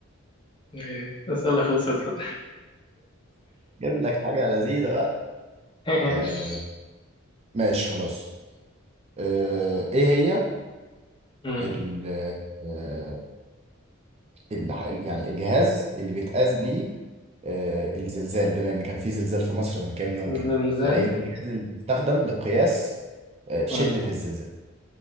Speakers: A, on the left (about 25°); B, on the right (about 30°).
A: إيه. الاسئله خلصت بقى
B: جيب لك حاجه لذيذه بقى
A: <laughs> ايش
B: آه، ماشي خلاص آه، ايه هي
A: مم.
B: ال- آه، ال- يعني الجهاز اللي بيتقاس بيه آه، الزلزال بما ان كان في زلزال في مصر من كام يوم
A: الزلزال
B: كده فايه هو الجهاز اللي بيستخدم لقياس آه، شدة
A: مم.
B: الزلزال